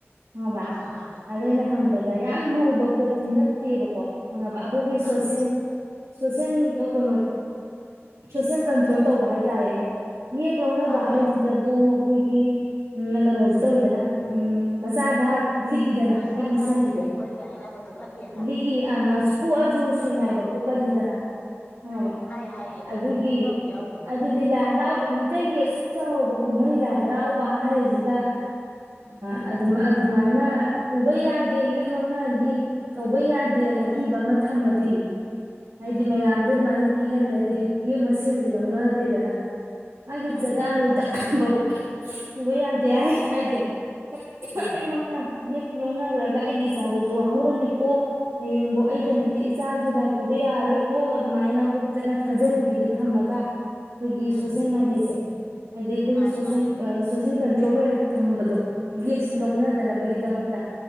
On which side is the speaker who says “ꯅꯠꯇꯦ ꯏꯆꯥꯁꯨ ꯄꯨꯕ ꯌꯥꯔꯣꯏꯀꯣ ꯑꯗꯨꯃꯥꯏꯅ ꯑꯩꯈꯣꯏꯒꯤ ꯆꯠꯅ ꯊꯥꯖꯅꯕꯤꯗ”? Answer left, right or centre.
Right